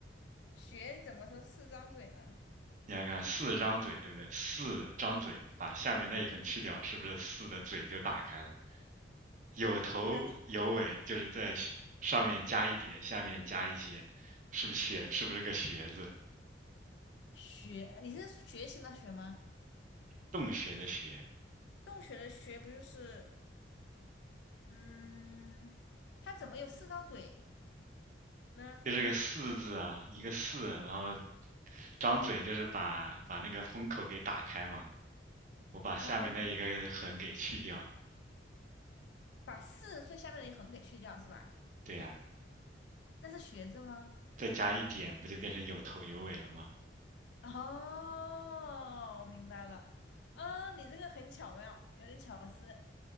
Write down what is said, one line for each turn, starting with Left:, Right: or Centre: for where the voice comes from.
Left: 学怎么说四张嘴呢？
Right: 你看看四张嘴，对不对？四张嘴，把下面那一横去掉，是不是四的嘴就打开了？有头有尾，
Left: 呃，
Right: 就是在下上面加一点，下面加一些，是不是学？是不是个学字？
Left: 学，你是学习的学吗？
Right: 洞穴的穴，
Left: 洞穴的穴不就是，嗯，它怎么有四张嘴呢？
Right: 就是个四字啊，一个四，然后张嘴就是把把那个封口给打开嘛。我把下面那一个横给去掉，
Left: 啊，你说把四最下面的一横给去掉是吧？
Right: 对呀，
Left: 那是学字吗？
Right: 再加一点，不就变成有头有尾了吗？
Left: 哦，我明白了。嗯，你这个很巧妙，有点巧思。